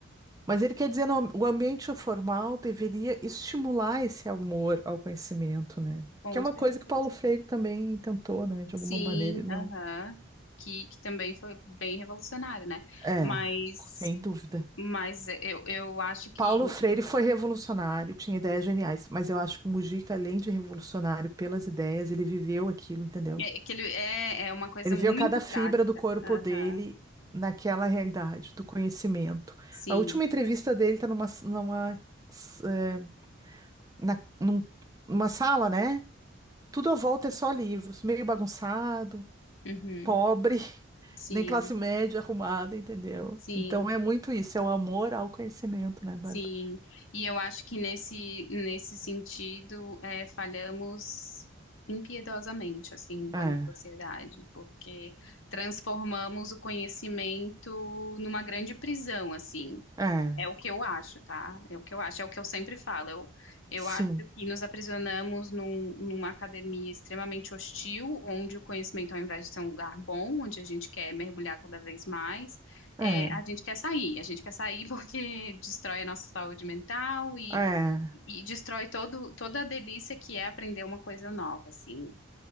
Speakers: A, on the right; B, on the left.
A: Mas ele quer dizer, no, o ambiente formal deveria estimular esse amor ao conhecimento, né?
B: com
A: Que é uma
B: certeza.
A: coisa que Paulo Freire também tentou, né? De
B: Sim,
A: alguma maneira, e não.
B: aham. Que, que também foi bem revolucionário, né?
A: É,
B: Mas,
A: sem dúvida.
B: mas eu, eu acho que,
A: Paulo Freire foi revolucionário, tinha ideias geniais, mas eu acho que o Mujica, além de revolucionário pelas ideias, ele viveu aquilo, entendeu?
B: é, é que ele é, é uma coisa
A: Ele
B: muito
A: viveu cada fibra
B: prática.
A: do corpo
B: Aham,
A: dele naquela realidade do conhecimento.
B: Sim,
A: A última entrevista dele está numa, numa, eh, na- num- numa sala, né? Tudo à volta é só livros, meio bagunçado,
B: uhum,
A: pobre, <laughs>
B: sim,
A: nem classe média arrumada, entendeu?
B: sim.
A: Então é muito isso, é o amor ao conhecimento, né, Bárbara?
B: Sim, e eu acho que nesse, nesse sentido é, falhamos impiedosamente, assim, enquanto
A: É,
B: sociedade, porque transformamos o conhecimento numa grande prisão, assim.
A: é,
B: É o que eu acho, tá? É o que eu acho, é o que eu sempre falo. Eu, eu
A: sim,
B: acho que nos aprisionamos num- numa academia extremamente hostil, onde o conhecimento, ao invés de ser um lugar bom, onde a gente quer mergulhar cada vez mais, é,
A: é,
B: a gente quer sair. A gente quer sair <laughs> porque destrói a nossa saúde mental e,
A: é.
B: e destrói todo, toda a delícia que é aprender uma coisa nova, assim.